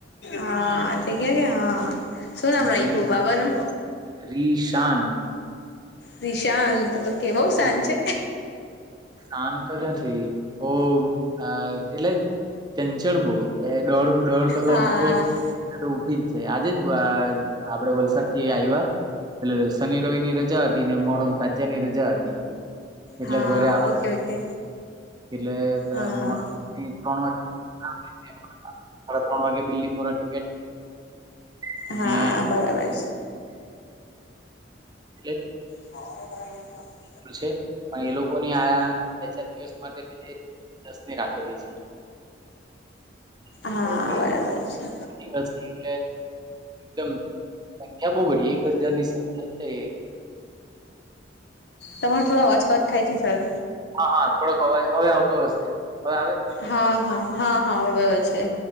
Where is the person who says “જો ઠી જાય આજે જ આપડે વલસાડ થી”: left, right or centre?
Right